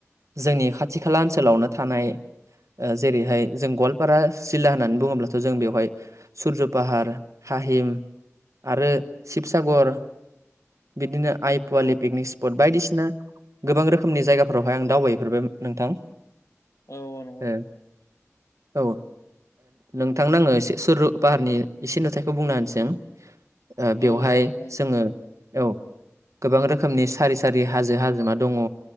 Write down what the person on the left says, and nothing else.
औ
औ औ नंगौ नोंथां।
औ
औ बुं